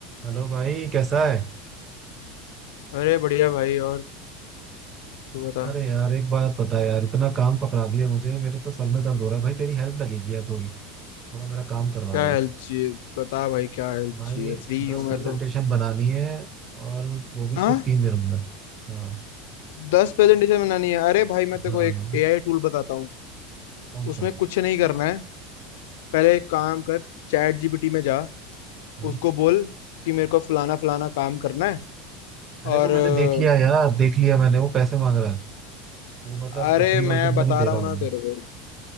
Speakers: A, on the right (about 25°); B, on the left (about 80°).
A: Hello भाई कैसा है
B: अरे बढ़िया भाई और तू बता
A: अरे यार एक बात पता है यार इतना काम पकड़ा दिया मुझे मेरे तो सर में दर्द हो रहा है भाई तेरी हेल्प लगेगी यार थोड़ी थोड़ा मेरा काम करवाओ
B: क्या
A: यार
B: हेल्प चाहिए बता भाई क्या हेल्प
A: भाई
B: चाहिए फ्री
A: दस
B: हूँ मैं
A: प्रेजेंटेशन
B: तो
A: बनानी है और वो भी
B: हाँ
A: सिर्फ तीन दिनों में हाँ
B: दस प्रेजेंटेशन बनानी है अरे भाई मैं तेरे
A: हाँ
B: को एक एआई टूल बताता हूँ
A: कौन
B: उसमें
A: सा
B: कुछ नहीं करना है पहले एक काम कर चैट जीपीटी में जा
A: हाँ
B: उसको बोल कि मेरे को फलाना फलाना काम करना है और
A: अरे वो
B: अ,
A: मैंने देख लिया यार देख लिया मैंने वो पैसे मांग रहा है वो मतलब
B: अरे
A: फ्री
B: मैं
A: वर्जन
B: बता
A: में नहीं दे
B: रहा
A: रहा
B: हूँ
A: हूँ
B: ना
A: मैं
B: तेरे को